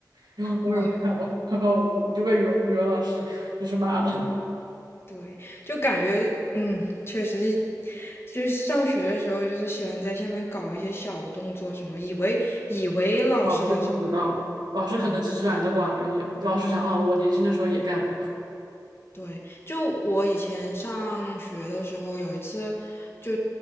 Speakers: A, on the right; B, on the left.
A: 然后所有人都看我，
B: 哇。
A: 然后我就被语文语文老师就是骂了，
B: 对，就感觉嗯，确实，就是上学的时候，就是喜欢在下面搞一些小动作什么，以为以为老师在上
A: 老师不知道，老师可能只是懒得管而已，
B: 面，嗯，
A: 老师想啊，我年轻的时候也干过，
B: 对，就我以前上学的时候，有一次就